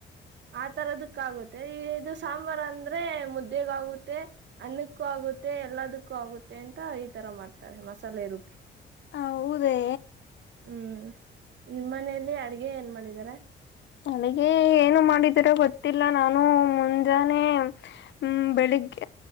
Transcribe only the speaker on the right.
ಆ ತರದ್ ಕ್ಕ ಆಗುತ್ತೆ ಈ ಇದು ಸಾಂಬಾರ್ ಅಂದ್ರೆ ಮುದ್ದೆಗ್ ಆಗುತ್ತೆ ಅನ್ನಕ್ಕೂ ಆಗುತ್ತೆ ಮೆ ಎಲ್ಲದಕ್ಕೂ ಆಗುತ್ತೆ ಅಂತ ಈ ತರ ಮಾಡ್ತಾಳೆ ಮಸಾಲೆ ರುಬ್ಬಿ.
ಹ್ಮ್ ನಿಮ್ಮ ಮನೆಯಲ್ಲಿ ಅಡ್ಗೆ ಏನ್ ಮಾಡ್ ಯರ <unintelligible>